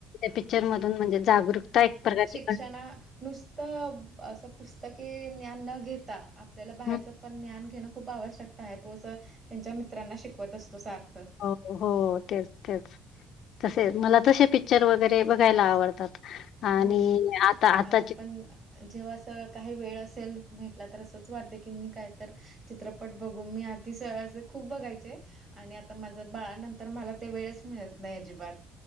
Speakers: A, on the left; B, on the right.
A: पिक्चरणजेरक प्रकार
B: कषणा नुसतं असं पुस्तके ज्ञान न घेता. आपल्याला बाहेरचं
A: हं.
B: पण ज्ञान घेणं खूप आवश्यकता आहे तो असं त्यांच्या मित्रांना शिकवत असतो सारखं.
A: हो हो तेच तेच. तसे मला तसे पिक्चर वगैरे बघायला आवडतात आणि
B: हो
A: आता आताचे.
B: मला पण जेव्हा असं काही वेळ असेल भेटला तर असंच वाटते की मी कायत चित्रपट बघून मी आधी असे खूप बघायचे. आणि आता माझ बाळानंतर मला ते वेळच मिळत नाही अजिबात